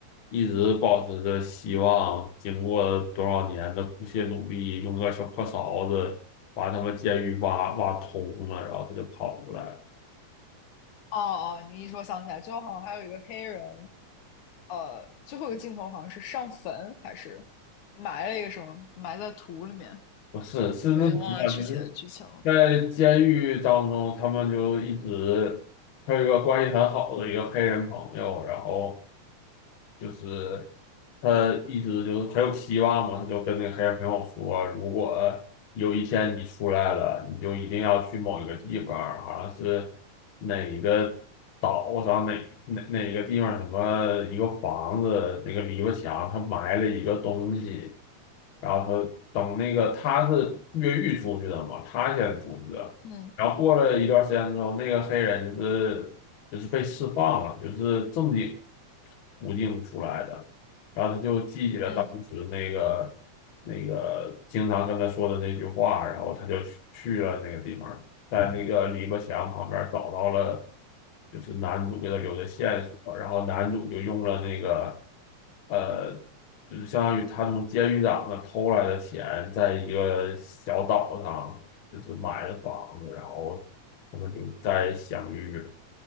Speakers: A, on the left (about 55°); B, on the left (about 70°).
A: 一直保持着希望，经过多少年的不懈努力，用个小破勺子把他们监狱挖挖通了，然后他就跑出来了。
B: 哦哦，你一说想起来，最后好像还有一个黑人，呃，最后一个镜头好像是上坟还是埋了一个什么，埋在土里面，
A: 不是，是那什么，
B: 我已经忘了具体的剧情了。
A: 就是在监狱当中，他们就一直他有一个关系很好的一个黑人朋友，然后。就是他一直就是很有希望嘛，他就跟那个黑人朋友说，如果有一天你出来了，你就一定要去某一个地方，好像是哪一个岛上哪哪哪个地方什么一个房子那个篱笆墙，他埋了一个东西，然后他等那个他是越狱出去的嘛，他先出去的。
B: 嗯
A: 然后过了一段时间之后，那个黑人就是就是被释放了，就是正经途径出来的，然后他就记起了当时那个那个经常跟他说的那句话，
B: 嗯，
A: 然后他就去去了那个地方，在那个篱笆墙旁边找到了就是男主给他留的线索，然后男主就用了那个呃，就是相当于他从监狱长那偷来的钱，在一个小岛上。就是买了房子，然后他们就再相遇了